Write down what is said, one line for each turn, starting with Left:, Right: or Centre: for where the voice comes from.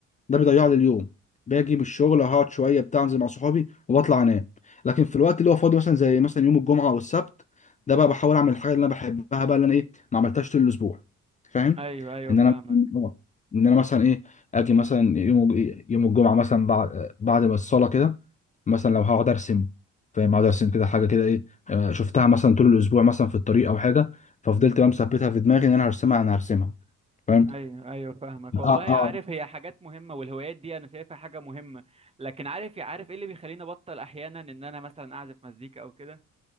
Left: ده بيضيع لي اليوم باجي من الشغل هقعد شويه بتاع انزل مع صحابي وبطلع انام لكن في الوقت اللي هو فاضي مثلا زي مثلا يوم الجمعه او السبت ده بقى بحاول اعمل الحاجه اللي انا بحبها بقى اللي انا ايه ما عملتهاش طول الاسبوع فاهم
Right: ايوه ايوه
Left: ان
Right: فاهمك
Left: انا آه، ان انا مثلا ايه اجي مثلا يوم يوم الجمعه مثلا بعد بعد ما الصلاه كده مثلا لو هقعد ارسم فاهم هقعد ارسم كده حاجه كده ايه آه، شفتها مثلا طول الاسبوع مثلا في الطريق او حاجه ففضلت بقى مثبتها في دماغي ان انا هرسمها انا هرسمها فاهم
Right: ايوه ايوه فاهمك والله
Left: اه
Right: عارف
Left: اه
Right: هي حاجات مهمه والهوايات دي انا شايفها حاجه مهمه لكن عارف عارف ايه اللي بيخليني ابطل احيانا ان انا مثلا اعزف مزيكا او كده